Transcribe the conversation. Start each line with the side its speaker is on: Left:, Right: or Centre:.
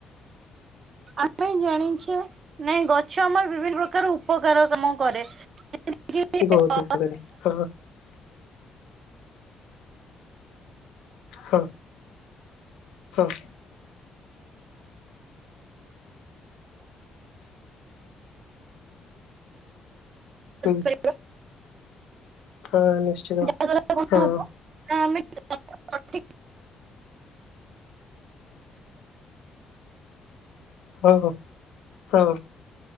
Right: ଆମେ ଜାଣିଛେ ନାଇଁ ଗଛ ଆମର ବିଭିନ୍ନ ପ୍ରକାର ଉପକାର କାମ କରେ। କି
Left: ବହୁତ
Right: ଅ,
Left: ଉପକାରୀ ହଁ। ହଁ ହଁ। ହୁଁ
Right: ହେଲା,
Left: ହଁ ନିଶ୍ଚିତ
Right: ଯାହାଦ୍ୱାରା କଣ
Left: ହଁ।
Right: ହବ ନା ଆମେ ସଠିକ
Left: ହଁ ହୋ ହଁ।